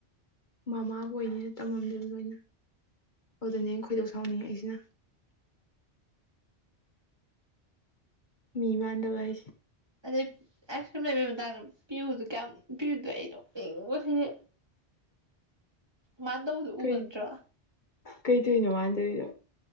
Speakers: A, on the left (about 45°); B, on the right (about 25°).
A: ꯃꯃꯥꯕꯣꯏꯅꯤꯅ ꯇꯝꯃꯝꯗꯣꯏꯝ ꯂꯣꯏꯅ ꯑꯗꯨꯗꯅꯦ ꯑꯩ ꯅ ꯈꯣꯏꯗꯧ ꯁꯥꯎꯅꯤꯡꯉꯛꯏꯁꯤꯅ ꯃꯤ ꯃꯥꯟꯗꯕ ꯍꯥꯏꯁꯦ
B: ꯑꯗꯩ ꯑꯥꯏꯁ ꯀ꯭ꯔꯤꯝ ꯂꯩꯕꯩ ꯃꯇꯥꯡꯗ ꯄꯤꯌꯨꯗꯣ ꯀꯌꯥꯝ ꯄꯤꯌꯨꯗꯣ ꯑꯩꯩ ꯅꯣꯛꯅꯤꯡꯕꯁꯤꯗꯤ ꯃꯥ ꯇꯧꯕꯗꯨ ꯎꯕ
A: ꯀꯩ
B: ꯅꯠꯇ꯭ꯔꯣ
A: ꯀꯩ ꯇꯧꯏꯅꯣ ꯃꯥꯟ ꯇꯧꯔꯤꯗꯣ